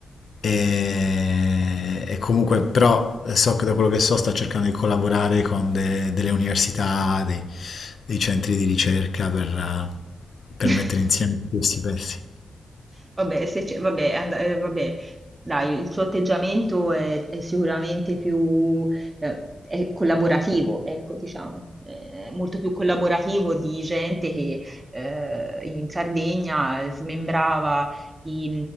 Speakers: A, on the left (about 60°); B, on the right (about 25°).
A: E, e comunque, però, so che da quello che so sta cercando di collaborare con de- delle università, dei, dei centri di ricerca per, eh, per
B: <laughs>
A: mettere insieme questi pezzi.
B: Vabbè, se c'è vabbè, and ehm, vabbè, dai, il suo atteggiamento è, è sicuramente più eh, è collaborativo, ecco, diciamo, è molto più collaborativo di gente che eh, in Sardegna smembrava i,